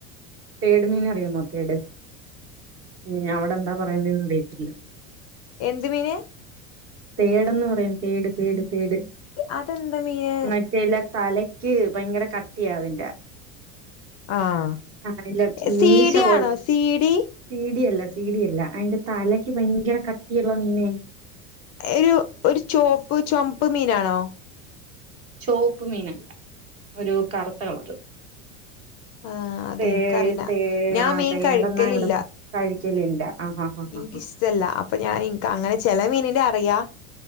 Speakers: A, on the right; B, on the left.
A: തേട് മീൻ അറിയാമോ തേട് ഉ അവിടെ എന്താ പറയുന്നന്ന് അറിയത്തില്ല
B: എന്ത് മീന്
A: <inaudible> തേടെന്ന് പറയും തേട് തേട് തേട്
B: അതെന്താ മീന്
A: മറ്റേല്ല തലക്ക് ഭയങ്കര ക ട്ടിയാവില്ല
B: ആഹ്
A: ആല്ല
B: സീഡി
A: മീശ പോലെ
B: ആണോ സീഡി
A: സീടിയല്ല സീടിയല്ല അതിന്റെ തലക്ക് ഭയങ്കര കട്ടിയുള്ള മീനെ
B: ഒരു ഒരു ചോപ്പ് ചുമപ്പ് മീനാണോ
A: ചോപ്പ് മീനല്ല ഒരു കറുത്ത കളറ്
B: ആഹ്
A: <inaudible>
B: അത്
A: തേ
B: എനിക്കറിയില്ല
A: തേ
B: ഞാൻ
A: ആ
B: മീൻ
A: തേടന്നാ
B: കഴിക്കലില്ല
A: ഇവിടെ കഴിക്കലില്ല ആഅ അ
B: എനിക്കിഷ്ടല്ല
A: അ
B: അപ്പൊ ഞാൻ ഇന്ക് അങ്ങനെ ചെല മീനിന്റെ അ റിയാ